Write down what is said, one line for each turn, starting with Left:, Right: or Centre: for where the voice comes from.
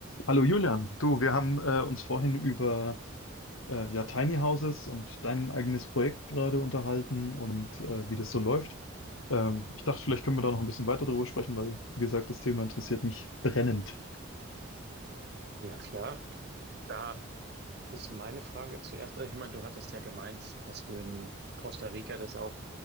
Left: Hallo Julian, du, wir haben äh, uns vorhin über äh, ja, Tiny Houses und dein eigenes Projekt gerade unterhalten und äh, wie das so läuft. Ähm, ich dachte, vielleicht können wir da noch ein bisschen weiter drüber sprechen, weil, wie gesagt, das Thema interessiert mich brennend.
Right: Ja, klar. Da ist meine Frage zuerst. Also Ich meine, du hattest ja gemeint, dass du in Costa Rica das auch